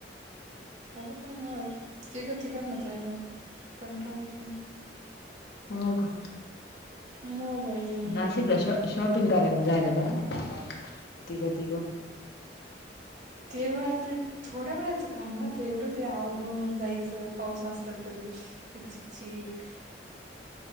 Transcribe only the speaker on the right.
अगं पण तिघा तिघांना जायला कंटाळ येतो मग
मग बाई
<unintelligible> थोड्या वेळाच काम रहात एवढं ते आवरून जायचं पाऊस असला तर ते चिकचिक